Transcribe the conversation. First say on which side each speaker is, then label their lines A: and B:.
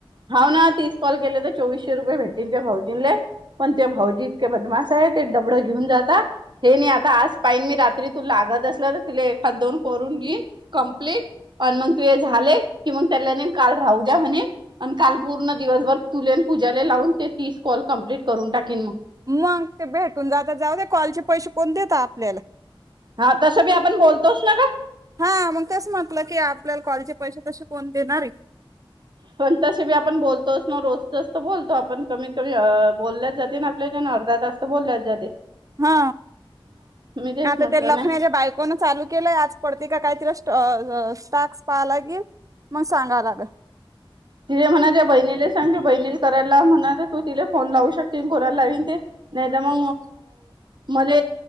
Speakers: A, on the right; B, on the right.
A: हा ना तीस कॉल केले तर चोवीसशे रुपये भेटतीलन ते भाऊजीनले पण ते भाऊजीतके बदमास आहे ते दडबडं घेऊन जात हे नाही आता आज पाईन मी रात्री तु लागत असलं तर तुला एखाद दोन करून घेन कम्प्लीट आणि मग तू हे झाले की मग त्याला न काल राहू द्या म्हणे आणि काल पूर्ण दिवसभर तुलेन पूजाला लावून ते तीस कॉल कम्प्लीट करून टाकेन मग
B: मग ते भेटून जात जाऊ दे कॉलचे पैसे कोण देत आपल्याला
A: हा तसं मी आपण बोलतोस ना का
B: हा मग तस म्हटलं की आपल्याला कॉलचे पैसे तसे कोण देणार आहे
A: पण तसे मी आपण बोलतोच ना रोज जास्त बोलतो आपण कमीत कमी बोलल्याच जाते ना आपल्या अर्धा तास बोलला ज ते
B: हा
A: तेच
B: आता
A: म्हटलं
B: ते लखण्याच्या
A: नाही
B: बायकोन चालू केलंय आ पड का काहीतरी स्टाक् पाहाला लागेल मग सांगाव लाग
A: तिे म्हणा त्या बहिणीला सांगते बहिणीला करायला म्हणा तू तिला फोन लावू शकते कोणा लावन ते नाही त म मले